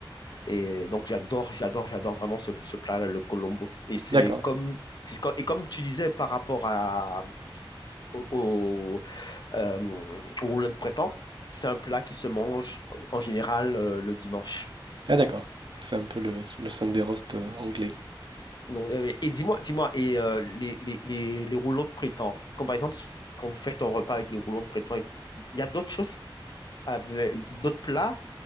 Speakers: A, on the left; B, on the right.
A: et donc, j'adore, j'adore, j'adore vraiment ce, ce plat-là, le colombo. Et c'est
B: D'accord.
A: comme, c'est co- et comme tu disais par rapport à, au, au, euh, au rouleau de printemps, c'est un plat qui se mange en général euh, le dimanche.
B: Ah d'accord. C'est un peu le, le Sunday roast euh, anglais.
A: Donc, euh, et dis-moi, dis-moi, et euh, les, les, les, les rouleaux de printemps, comme par exemple, si- quand vous faites un repas avec des rouleaux de printemps, il y a d'autres choses, avec- d'autres plats